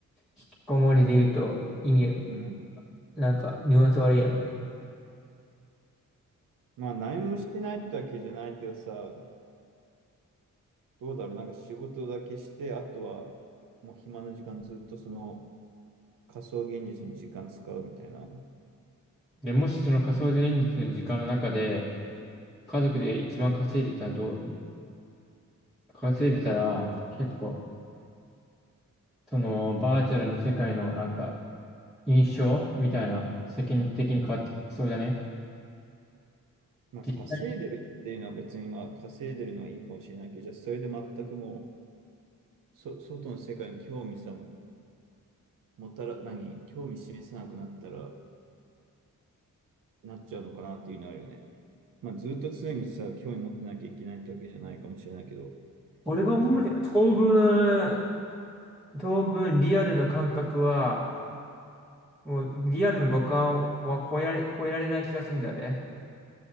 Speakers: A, in the centre; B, on the right.
A: 引きこもりで言うと意味、
B: うん。
A: なんかニュアンス悪いやん。
B: まあ、何もしてないってわけじゃないけどさ、どうだろう、なんか仕事だけして、あとは、もう暇な時間ずっとその仮想現実に時間使うみたいな。
A: で、もしその仮想現実の時間の中で、家族で一番稼いでたらどう、稼いでたら、結構、その、バーチャルの世界のなんか、印象みたいな、世間的に変わってきそうだね。
B: まあ、
A: 実際、
B: 稼いでるっていうのは別に、まあ、稼いでるのはいいかもしれないけど、じゃあ、それで全くもう、そ、外の世界に興味さ、もたら、何、興味示さなくなったら、なっちゃうのかなっていうのはあるよね。まあ、ずっと常にさ、興味持ってなきゃいけないってわけじゃないかもしれないけど、
A: 俺が思うには当分、
B: なんか
A: 当分リアルな感覚は、もうリアルの五感は超えられ、超えられない気がするんだよね。